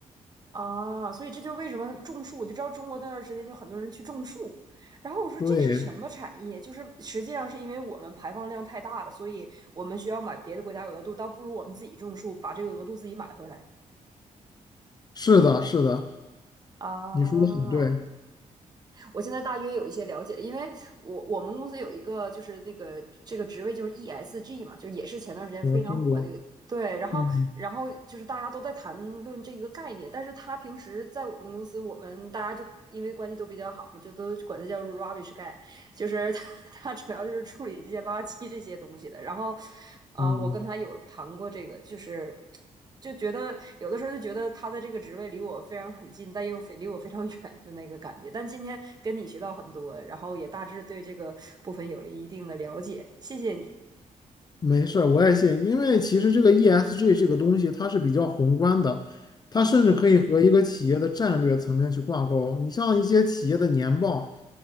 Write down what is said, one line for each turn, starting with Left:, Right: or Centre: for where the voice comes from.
Right: 啊，所以这就是为什么种树，我就知道中国那段时间就很多人去种树，然后我说这是什么产业？
Left: 对，
Right: 就是实际上是因为我们排放量太大了，所以我们需要买别的国家额度，倒不如我们自己种树，把这个额度自己买回来。
Left: 是的，是的，
Right: 啊，
Left: 你说的很对，
Right: 我现在大约有一些了解，因为我我们公司有一个就是那个这个职位就是 ESG 嘛，就也是前段时间非常火的对，
Left: 我听过。
Right: 然后，
Left: 嗯
Right: 然后就是大家都在谈论这个概念，但是他平时在我们公司，我们大家就因为关系都比较好嘛，就都管他叫 rubbish guy，就是他他 <laughs> 主要就是处理这些垃圾这些东西的。然后，啊、
Left: 嗯。
Right: 呃我跟他有谈过这个，就是就觉得有的时候就觉得他的这个职位离我非常很近，但又非离我非常 <laughs> 远的那个感觉。但今天跟你学到很多，然后也大致对这个部分有了一定的了解，谢谢你。
Left: 没事儿，我也信，因为其实这个 ESG 这个东西它是比较宏观的，它甚至可以和一个企业的战略层面去挂钩。
Right: 嗯
Left: 你像一些企业的年报